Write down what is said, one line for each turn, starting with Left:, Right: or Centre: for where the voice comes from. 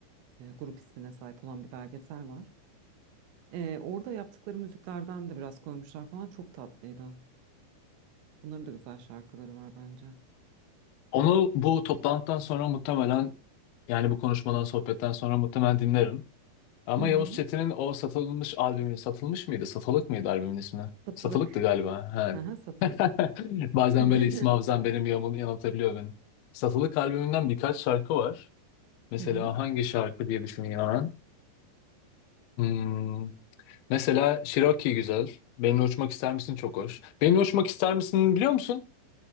Right: E, grup ismine sahip olan bir belgesel var. E, orada yaptıkları müziklerden de biraz koymuşlar falan. Çok tatlıydı. Onların da güzel şarkıları var bence.
Left: Onu bu toplantıdan sonra muhtemelen yani bu konuşmadan sohbetten sonra muhtemelen dinlerim. Ama
Right: Hı hı.
Left: Yavuz Çetin'in o satılmış albümü satılmış mıydı? Satılık mıydı albümün ismi?
Right: Satılık.
Left: Satılıktı galiba. Ha.
Right: Aha, satılık.
Left: <laughs> Bazen
Right: <laughs>
Left: böyle isim hafızam benim yamul- yanıltabiliyor beni. Satılık albümünden birkaç şarkı var. Mesela
Right: Hı hı.
Left: hangi şarkı diye düşüneyim hemen. Hmm, Mesela Cherokee güzel. Benimle Uçmak ister misin? Çok hoş. Benimle Uçmak ister misin biliyor musun?